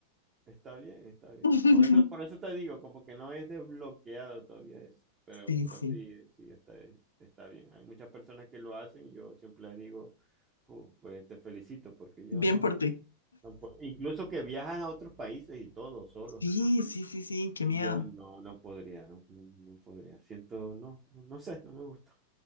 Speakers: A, on the right; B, on the left.
A: Está bien, está bien.
B: <laughs>
A: Por eso, por eso te digo, como que no es desbloqueado todavía eso. Pero,
B: Sí,
A: pero
B: sí.
A: sí, sí, está, está bien. Hay muchas personas que lo hacen. y Yo siempre les digo, "Fu, pues te felicito, porque yo
B: Bien
A: no,
B: por ti.
A: no puedo". Incluso que viajan a otros países y todo, solos.
B: Sí, sí, sí, sí, qué
A: Y
B: miedo,
A: yo no, no podría, no, no, no podría. Siento, no, no, no sé, no me gusta.